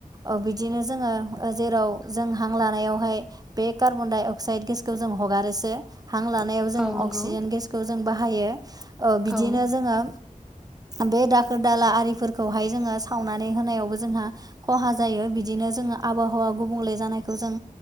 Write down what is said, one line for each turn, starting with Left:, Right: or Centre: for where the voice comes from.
Right: औ बिदिनो जोङो जेराव जों हां लानायावहाय बे कार्बन डाइ अक्साइद गेसखौ जों हगारोसो हां लानायाव जों
Centre: औ नंगौ
Right: अक्सिजेन गेसखौ जों बाहायो बिदिनो
Centre: औ
Right: जोङो। बे दाखोर दाला आरिफोरखौहाय जोङो सावनानै होनायावबो जोंहा खहा जायो बिदिनो जोङो आबहावा गुबुंले जानायखौ जों